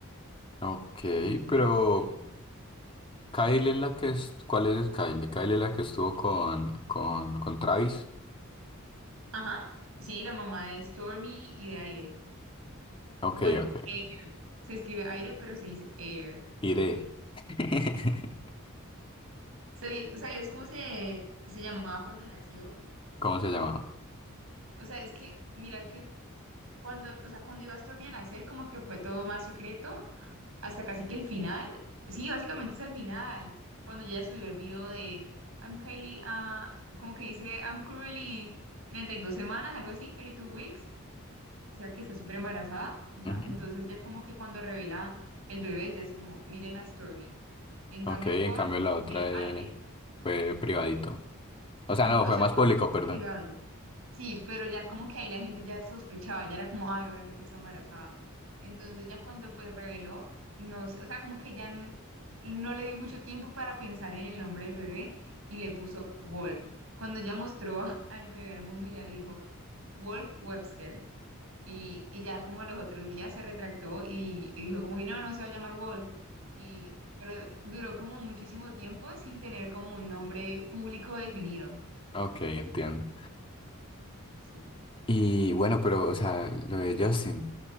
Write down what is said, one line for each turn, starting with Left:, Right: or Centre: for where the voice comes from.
Left: Ok, pero... Kylie es la que es... ¿Cuál es Kylie? Kylie es la que estuvo con, con, con Travis.
Right: Ajá, sí, la mamá de Stormy y de Aire.
Left: Ok,
Right: Bueno,
Left: ok.
Right: Air. Se escribe Aire, pero se dice Air.
Left: Iré. <laughs>
Right: ¿Sabi- ¿Sabías cómo se, se llamaba cuando nació?
Left: ¿Cómo se llamaba?
Right: O sea, es que, mira que cuando, o sea, cuando iba a Stormy a nacer, como que fue todo más secreto, hasta casi que el final. Sí, básicamente es el final, cuando ella subió el video de I'm Kylie, ah, como que dice I'm currently 32 semanas, algo así, 32 weeks. O sea, que está súper embarazada. O sea,
Left: Ujú.
Right: entonces ya como que cuando revela el bebé, ya es como, miren a Stormy. En
Left: Ok,
Right: cambio
Left: en
Right: con
Left: cambio la otra
Right: eh, Aire
Left: eh, fue privadito. O sea,
Right: Mm,
Left: no,
Right: O
Left: fue
Right: sea,
Left: más
Right: todos
Left: público,
Right: eran
Left: perdón.
Right: privados. Sí, pero ya como que ahí la gente ya sospechaba, ya era como, ay, obviamente está embarazada. Entonces ya cuando pues reveló, no sé, o sea, como que ya n- no le dio mucho tiempo para pensar en el nombre del bebé y le puso Wolf. Cuando ya mostró a- al bebé al mundo, ya le dijo Wolf Webster. Y, y ya como a los otros días se retractó y, y dijo como que no, no se va a llamar Wolf. Y, pero duró como muchísimo tiempo sin tener como un nombre público definido.
Left: Ok, entiendo.
Right: Sí,
Left: Y bueno, pero, o sea, lo de Justin,